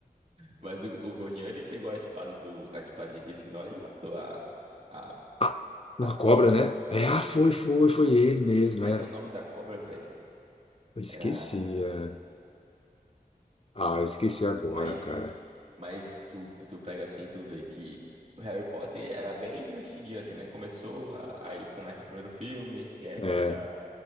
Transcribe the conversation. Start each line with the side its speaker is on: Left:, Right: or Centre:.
Right: Mas o, o gordinho, ele pegou a espada do, a espada de Grifinória e matou a, a
Left: Ah,
Right: A
Left: uma
Right: cobra
Left: cobra, né?
Right: foi.
Left: Aí, ah, foi, foi, foi ele mesmo,
Right: Como
Left: né?
Right: é que é o nome da cobra, velho?
Left: Eu esqueci.
Right: Era.
Left: é. Ah, eu esqueci agora,
Right: Mas,
Left: cara.
Right: mas tu, tu pega assim, e tu vê que o Harry Potter era bem divertidinho, assim, né? Começou, a- aí começa o primeiro filme, que é contra
Left: É,